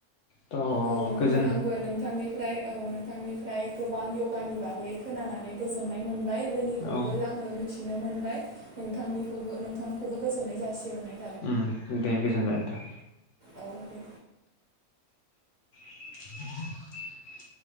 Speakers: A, on the left; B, on the right.
A: थ'
B: औ नोंथां
A: गोजोन
B: आंबो नोंथांनि ओमफ्राय औ नोंथांनिफ्राय गोबां य'गानि बागै खोनानानै गोजोननाय मोनबाय। रोङनिखौबो
A: औ
B: आङो मिथिनो मोनबाय नोंथांनिखौबो नोंथांखौबो गोजोननाय जासिहरनाय
A: उम दे गोजोनबाय नोंथां।
B: अ दे
A: <unintelligible> <inaudible>